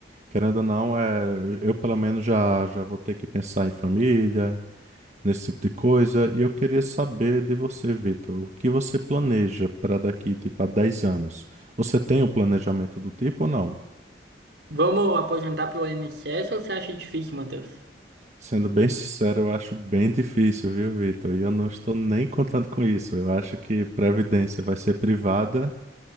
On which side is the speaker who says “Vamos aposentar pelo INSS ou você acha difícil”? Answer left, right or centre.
Right